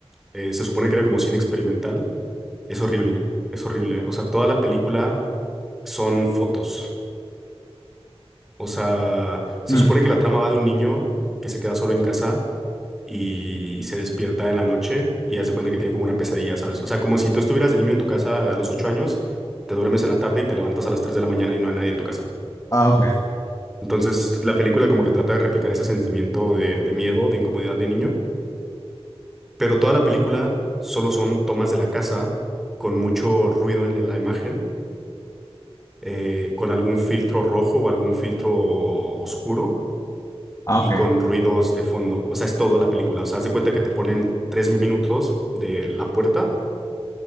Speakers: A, in the centre; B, on the left.
A: Eh, se supone que era como cine experimental. Es horrible, es horrible. O sea, toda la película son fotos. O sea, se
B: Mm.
A: supone que la trama va de un niño que se queda solo en casa y se despierta en la noche y hace cuenta que tiene como una pesadilla, ¿sabes? O sea, como si tú estuvieras de niño en tu casa a los ocho años, te duermes en la tarde y te levantas a las 3 de la mañana y no hay nadie en tu casa.
B: Ah, ok.
A: Entonces, la película como que trata de replicar ese sentimiento de, de miedo, de incomodidad de niño, pero toda la película solo son tomas de la casa con mucho ruido en la imagen, eh, con algún filtro rojo o algún filtro oscuro
B: Ah,
A: y
B: ok.
A: con ruidos de fondo. O sea, es todo la película. O sea, haz de cuenta que te ponen tres minutos de la puerta